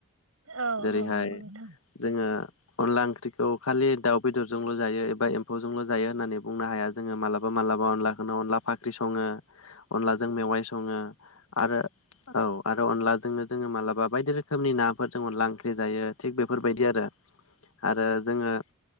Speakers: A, on the right; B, on the left.
A: औ
B: जेरैहाय
A: औ नंगौ नोंथां
B: जोङो अनला ओंख्रिखौ खालि दाउ बेदरजोंल' जायो एबा एम्फौजोंल' जायो होननानै बुंनो हाया जोङो मालाबा मालाबा अनलाखौनो अनला फाख्रि सङो। अनलाजों मेवाइ सङो आरो औ आरो अनलाजोंनो जोङो मालाबा बायदि रो रोखोमनि नाफोर जोङो लांख्रि जायो थिग बेफोरबायदि आरो आरो जोङो।